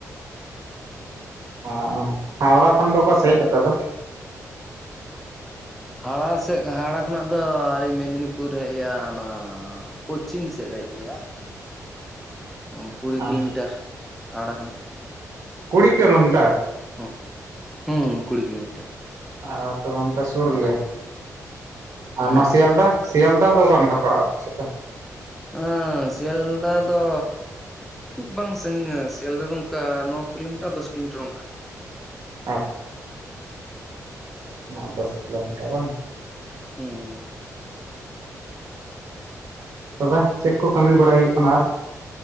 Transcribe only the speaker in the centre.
ᱦᱟᱣᱲᱟ ᱥᱮᱫ ᱦᱟᱣᱲᱟ ᱠᱷᱚᱱᱟᱜ ᱫᱚ ᱟᱹᱞᱤᱧ ᱢᱮᱫᱽᱱᱤᱯᱩᱨ ᱦᱮᱡᱼᱟ ᱚᱱᱟ ᱚ ᱯᱚᱪᱷᱤᱢ ᱥᱮᱫ ᱨᱮ ᱦᱮᱡ ᱦᱩᱭᱩᱜᱼᱟ ᱚ ᱠᱩᱲᱤ
ᱠᱤᱞᱳᱢᱤᱴᱟᱨ ᱦᱟᱣᱲᱟ ᱠᱷᱚᱱᱟᱜ
ᱦᱚᱸ ᱦᱩᱸ ᱠᱩᱲᱤ ᱠᱤᱞᱳᱢᱤᱴᱟᱨ
ᱦᱟᱣᱲᱟ
ᱠᱷᱚᱱ ᱫᱚ ᱦᱩᱸ
ᱥᱩᱨ ᱜᱮᱭᱟ
ᱟ ᱥᱤᱭᱟᱞᱫᱟ ᱫᱚ ᱠᱷᱩᱵᱷᱵᱟᱝ ᱥᱟᱹᱜᱤᱧᱟ ᱥᱤᱭᱟᱞᱫᱟ ᱫᱚ ᱚᱱᱠᱟ ᱱᱚ ᱠᱤᱞᱳᱢᱤᱴᱟᱨ ᱫᱚᱥ ᱠᱤᱞᱳᱢᱤᱴᱟᱨ ᱚᱱᱠᱟ ᱦᱮᱸ ᱥᱮ
ᱦᱩᱸ ᱦᱩᱸ